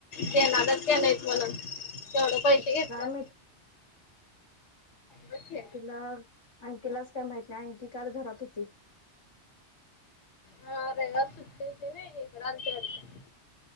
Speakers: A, on the left; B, on the left.
A: केणारदच ते नाहीत म्हणून तेवढं पैसे
B: तर
A: घेतल्यात
B: काय माहित
A: बघ की
B: अंकिला अंकिलाच काय माहित नाही अंकी का घरात होती
A: हा ररे व सुतीनकडे अलते अत